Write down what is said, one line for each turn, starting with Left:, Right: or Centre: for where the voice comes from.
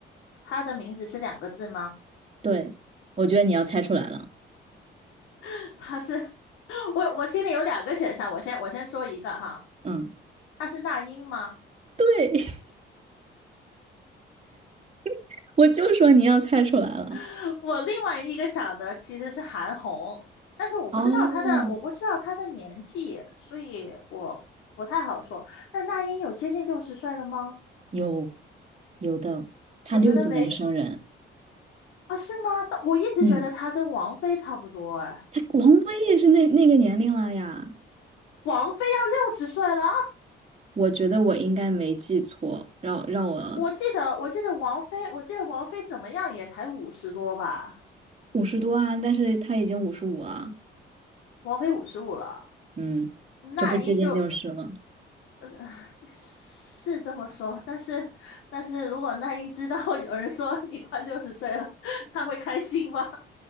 Left: 他的名字是两个字吗？
Right: 对，我觉得你要猜出来了，
Left: <laughs> 他是 <laughs> 我我心里有两个选项，我先我先说一个哈，
Right: 嗯，
Left: 他是那英吗？
Right: 对，<laughs> 我就说你要猜出来了，
Left: <laughs> 我另外一个想的其实是韩红，但是我不知道她的我不知道她的年纪，
Right: 哦，
Left: 所以我不太好说。那那英有接近六十岁了吗？
Right: 有，有的，他六几年生人。
Left: 我觉得没啊，是吗？但我一直觉得她跟王菲差不多哎，
Right: 嗯，他王菲也是那那个年龄了呀，
Left: 王菲要六十岁了啊
Right: 我觉得我应该没记错，让让我
Left: 我记得，我记得王菲，我记得王菲怎么样也才五十多吧，
Right: 五十多啊，但是他已经五十五了，
Left: 王菲五十五了，
Right: 嗯，
Left: 那英就，
Right: 这不接近六十了。
Left: 呃，是这么说，但是，但是如果那英知道 <laughs> 有人说你快六十岁了，她会开心吗？